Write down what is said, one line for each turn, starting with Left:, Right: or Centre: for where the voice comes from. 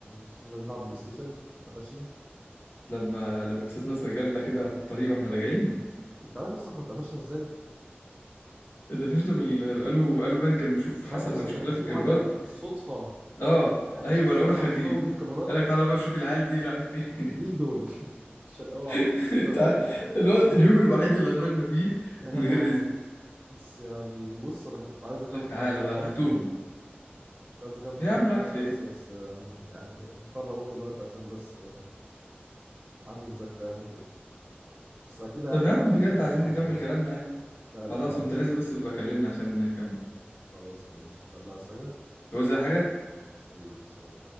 Right: بسم الله نلعب بلاي ستيشن اتقفشنا
Left: لما لما استاذ ناصر جالنا كده في الطريق واحنا راجعين
Right: انت عارف لسه احنا اتقفشنا ازاي
Left: اتقفشنا بال قالوا قالوا بان كان بيشوف
Right: مش
Left: حصل
Right: عارف لسه
Left: مشكله
Right: كانوا بيشوفوا
Left: في الكاميرات
Right: حاجة بالصدفة
Left: اه
Right: يعني
Left: ايوه
Right: بالصدفة
Left: لقونا خارجين
Right: بيشوفوا حاجة في الكاميرات
Left: قال لك تعالى بقى شوف العيال دي رايحين فين
Right: مين دول <laughs> شرقاوة
Left: <laughs>
Right: عم- شرقاوة
Left: تع-
Right: بوجبا
Left: اللي هو
Right: هاتوا
Left: اليوم
Right: بوجني
Left: الوحيد اللي خرجنا فيه
Right: يا لهوي
Left: من غير
Right: على
Left: اذن
Right: الحظ بس يعني بص انا كنت عايز اكمل
Left: قال لك تعالى
Right: معاك الكلام
Left: بقى هاتوهم
Right: كنت عايز اكمل
Left: يا
Right: معاك
Left: عم
Right: الكلام
Left: راح فين
Right: بس بس آه، م- يعني مضطر اقوم دلوقتي عشان بس آه، عندي مذاكرة يعني وكده بس اكيد يعني
Left: طب يا عم
Right: هقابلك
Left: بجد
Right: تاني ان
Left: عايزين
Right: شاء الله
Left: نكمل كلامنا
Right: لا لا
Left: خلاص
Right: هقابلك
Left: وانت نازل
Right: تاني
Left: بس بقى كلمني عشان نكمل
Right: خلاص ماشي يلا عايز حاجة
Left: تقول زي حاجه
Right: حبيبي سلام